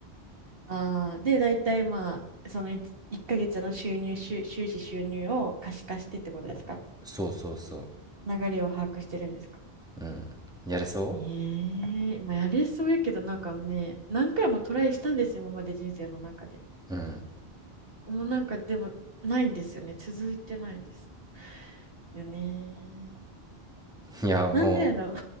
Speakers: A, on the right; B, in the centre.
A: ああー、で、大体まあ、その 1, ヶ月の収入、収、収支収入を可視化してってことですか
B: そうそうそ
A: 流れを把握してるんですか
B: う。うん。やれそ
A: ええまあやれそうやけどなんかね、何回もトライしたんですよ、今まで人生の中で。
B: ううん。
A: もうなんかでもないんですよね、続いてないんです。よね。
B: いや、も
A: なんでやろう。